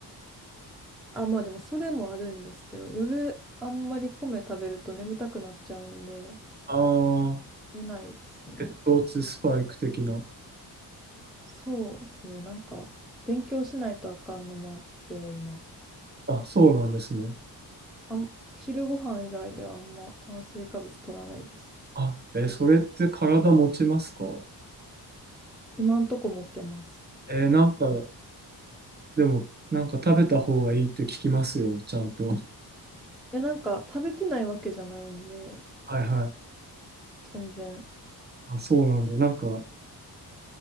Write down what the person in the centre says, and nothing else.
あ、まあでもそれもあるんですけど、夜あんまり米食べると眠たくなっちゃうんで、
出ないですね。
そうですね。なんか、勉強しないとあかんのもあって、今。
あん、昼ご飯以外ではあんま炭水化物取らないです。
今んとこ持ってます。
いや、なんか食べてないわけじゃないんで、
全然。